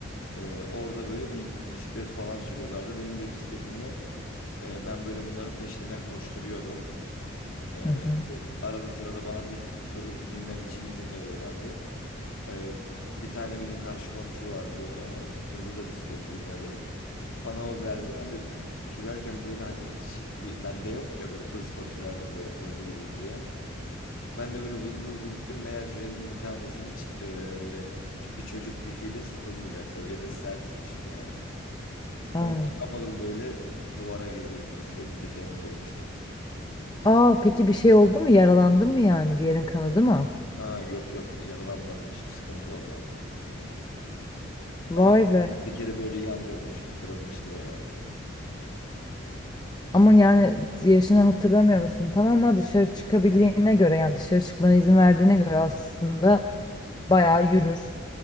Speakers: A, on the left (about 80°); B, on the left (about 20°).
A: E, orada böyle bir bisiklet falan sürüyorlardı. Benim bir bisikletim yok. E, ben böyle bunların peşinden koşturuyordum. E,
B: Hı hı.
A: arada sırada bana bir, bir soru binmem için izin veriyorlardı. E, bir tane bizim karşı komşu vardı. Onun kızı da bisikleti biniyordu. Bana o verdi. Ben de sürerken böyle hani hiç bir bende yok ya böyle hırsla sürerdim böyle hızlı gideyim diye. Ben de böyle hızlı hızlı gittim. Meğer frenin bir tanesini ç- e, böyle ç- bir çocuk gücüyle sıkılmayacak seviyede sertmiş fren.
B: Aa.
A: Onu çıkamadım böyle duvara girdiydim. Bisikletin tekerini kırmıştım.
B: Aa, peki bir şey oldu mu? Yaralandın mı yani? Bir yerin kanadı mı?
A: Ha yok yok yaralanmadım. Hiçbir sıkıntı olmadı.
B: Vay
A: Ama
B: be.
A: tekeri böyle yan dönmüştü, kırılmıştı bayağı.
B: Ama yani yaşını hatırlamıyor musun? Tamam ama dışarı çıkabildiğine göre yani dışarı çıkmana izin verdiğine göre aslında bayağı yürür.